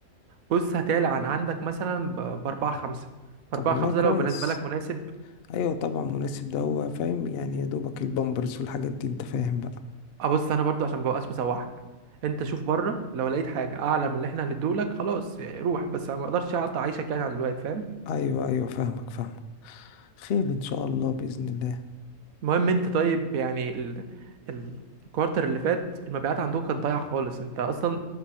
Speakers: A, on the right; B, on the left.
A: بص هتعلى عن عندك مثلا ب- باربعة خمسة
B: طب
A: أربعة
B: والله
A: خمسة
B: كويس
A: لو بالنسبة لك مناسب
B: ايوه طبعا مناسب ده هو فاهم يعني يا دوبك البامبرز والحاجات دي انت فاهم بقى
A: ابص انا برضو عشان مبقاش مسوحك انت شوف بره لو لقيت حاجه اعلى من اللي احنا هنديهولك خلاص إيه، روح بس انا ما اقدرش اقطع عيشك يعني على الوقت فاهم
B: ايوه ايوه فاهمك فاهمك خير ان شاء الله باذن الله
A: المهم انت طيب يعني ال... ال- الكوارتر اللي فات المبيعات عندكم كانت ضايعه خالص انت اصلا